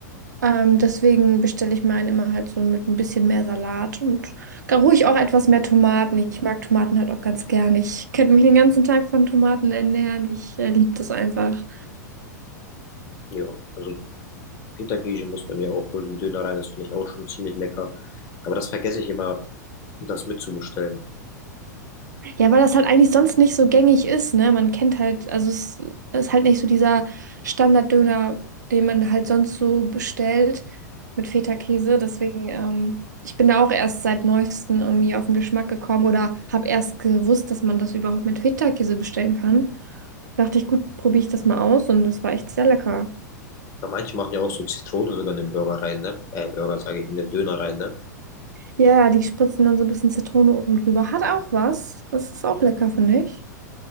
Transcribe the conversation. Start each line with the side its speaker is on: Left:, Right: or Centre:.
Right: Ähm, deswegen bestelle ich meinen immer halt so mit ein bisschen mehr Salat und gar ruhig auch etwas mehr Tomaten. Ich mag Tomaten halt auch ganz gern. Ich könnte mich den ganzen Tag von Tomaten ernähren. Ich äh, liebe das einfach.
Left: Ja, also Feta-Käse muss bei mir auch wohl ein Döner rein, das finde ich auch schon ziemlich lecker. Aber das vergesse ich immer, das mitzubestellen.
Right: Ja, weil das halt eigentlich sonst nicht so gängig ist, ne? Man kennt halt, also es ist halt nicht so dieser Standarddöner, den man halt sonst so bestellt mit Feta-Käse. Deswegen, ähm, ich bin da auch erst seit neuestem irgendwie auf den Geschmack gekommen oder habe erst gewusst, dass man das überhaupt mit Feta-Käse bestellen kann. Dachte ich, gut, probiere ich das mal aus und das war echt sehr lecker.
Left: Weil manche machen ja auch so Zitrone sogar in den Burger rein, ne? Äh, Burger sage ich, in den Döner rein, ne?
Right: Ja, die spritzen dann so ein bisschen Zitrone oben drüber. Hat auch was. Das ist auch lecker, finde ich.